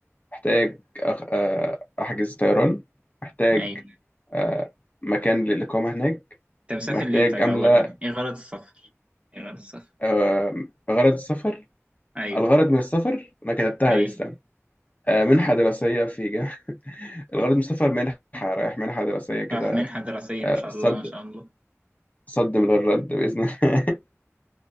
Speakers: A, on the left; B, on the right.
A: محتاج أخ... آه، أحجز طيران محتاج
B: ايوه
A: آه، مكان للإقامة هناك
B: انت مسافر
A: ومحتاج
B: ليه طيب
A: أملأ
B: اولا ايه غرض السفر ايه غرض السفر
A: آه، غرض السفر
B: ايوه
A: الغرض من السفر أنا كتبتها
B: ايوه
A: دي استنى آه، منحة دراسية في جامعة <laughs> الغرض من السفر منحة رايح منحة دراسية كده
B: راح منحه دراسيه
A: آه،
B: ما شاء
A: صد
B: الله ما شاء الله
A: صد من غير رد بإذن الله <laughs>